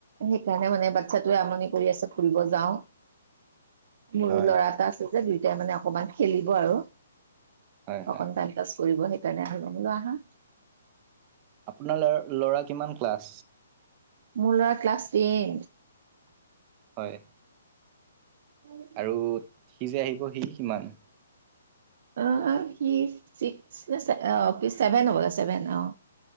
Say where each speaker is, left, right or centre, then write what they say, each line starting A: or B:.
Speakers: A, on the right; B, on the right.
A: সেইকাৰণে মানে বাচ্ছাটোৱে আমনি কৰি আছে ফুৰিব যাওঁ। মোৰো
B: হয়
A: ল'ৰা এটা আছ <inaudible> <unintelligible> যে দুয়টাই মানে অকমান খেলিব আৰু
B: হয় হয়।
A: অকন টাইম পাছ কৰিব সেইকাৰণে আহিলোঁ মই বোলো আহা। <inaudible>
B: আপোনাৰ <inaudible> ল'ৰা কিমান ক্লাছ?
A: মোৰ ল'ৰা ক্লাছ টেন। <inaudible>
B: হয়। <inaudible>
A: <inaudible>
B: আৰু সি যে আহিব সি কিমান? <inaudible>
A: অঁ! সি ছিক্স নে <inaudible> অ চেভেন হ'ব ছেভেন অঁ <inaudible>